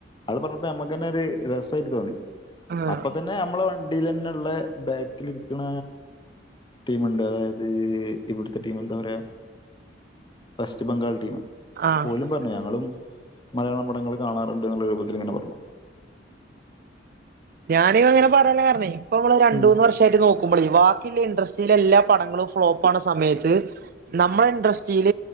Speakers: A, on the left (about 25°); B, on the right (about 50°).
A: ആള് പറഞ്ഞപ്പോ ഞമ്മക്കന്നെ ഒരു രസായിട്ട് തോന്നി.
B: ആഹ് ആഹ്
A: അപ്പത്തന്നെ നമ്മളെ വ ണ്ടീല് തന്നെള്ള ബാക്കിലിരിക്കണ ടീമുണ്ട്, അതായത് ഇവിടുത്തെ ടീം എന്താ പറയാ, വെസ്റ്റ് ബംഗാൾ ടീം
B: ആഹ്
A: ഓലും പറഞ്ഞു ഞങ്ങളും മലയാള പടങ്ങള് കാണാറുണ്ട് എന്നുള്ള രൂപത്തിൽ ങ്ങനെ പറഞ്ഞു.
B: ഞാന് അങ്ങനെ പറയാന്ള്ള കരണെ ഇപ്പൊ നമ്മള് രണ്ടൂന്ന്
A: ഉം
B: വർഷയിട്ട് നോക്കുമ്പളെ ഇണ്ടർസ്റ്റീൽ എല്ലാ പണങ്ങളും ഫ്ലോപ്പാണ സമയത്ത് നമ്മളെ ഇണ്ടർസ്റ്റിൽ